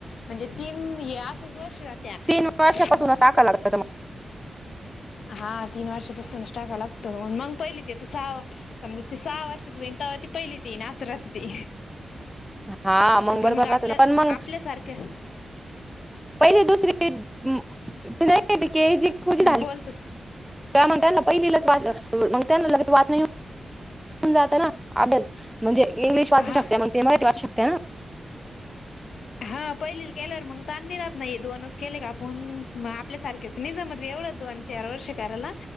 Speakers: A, on the left; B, in the centre.
A: म्हणजे तीन हे असच वर्ष जात्या
B: तीन वर्षापासूनच
A: मग
B: टाका
A: ये ना
B: लागत मग
A: हा तीन वर्षापासूनच टाका लागतो मग पहिली ते सहा समजा ती सहा वर्षच होईनतावा ती पहिली ती नासरथ ती
B: हा बरोबर
A: पण मग
B: राहतं
A: आपल्या
B: ना पण मग
A: आपल्या सारख्या
B: पहिले दुसरी त नाही जी खुझी झाली
A: बोल तू
B: काय म्हणताय ना पहिलीच वागताय ना लग वाच नाही जात ना आप म्हणजे इंग्लिश वाचू
A: हा
B: शकते मग ते मराठी वाचू शकते ना
A: हा पहिली केल्यावर मग तनी रात नाही दोनच केले का आपण मग आपल्यासारखेच नाही जमत ग एवढंच दोन तेरा वर्ष करायला